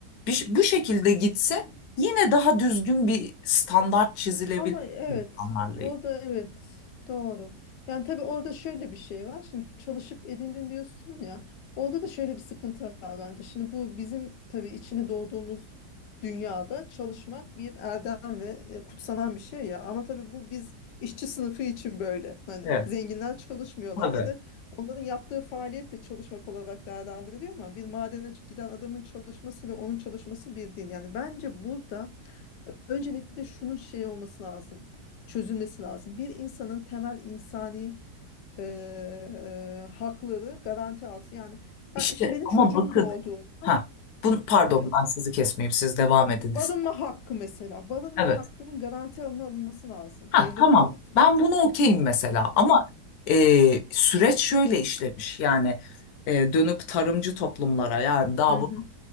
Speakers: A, on the left; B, on the left.
A: bir- bu şekilde gitse yine daha düzgün bir standart çizilebilir
B: Ama evet,
A: insanlarlayım.
B: o da evet, doğru. Yani tabii orada şöyle bir şey var. Şimdi çalışıp edindin diyorsun ya. Orada da şöyle bir sıkıntı var bence. Şimdi bu bizim tabii içine doğduğumuz dünyada çalışmak bir erdem ve e, kutsanan bir şey ya. Ama tabii bu biz işçi sınıfı için böyle. Hani
A: Evet,
B: zenginler çalışmıyorlar
A: tabii.
B: ya da onların yaptığı faaliyet de çalışmak olarak değerlendiriliyor ama bir madene giden adamın çalışmasıyla onun çalışması bir değil. Yani bence burada Öncelikle şunun şey olması lazım, çözülmesi lazım. Bir insanın temel insani eee, hakları garanti altı. Yani
A: İşte
B: ben şimdi benim
A: ama
B: çocuğum
A: bakın,
B: doğduğunda
A: ha, bu, pardon
B: evet.
A: ben sizi kesmeyeyim, siz devam ediniz.
B: Barınma hakkı mesela. Barınma
A: Evet.
B: hakkının garanti altına alınması lazım
A: Ha,
B: devlet
A: tamam.
B: tarafında.
A: Ben bunu okeyim mesela ama
B: Hı hı.
A: e, süreç şöyle işlemiş. Yani e, dönüp tarımcı toplumlara yani daha
B: Hı
A: bu
B: hı.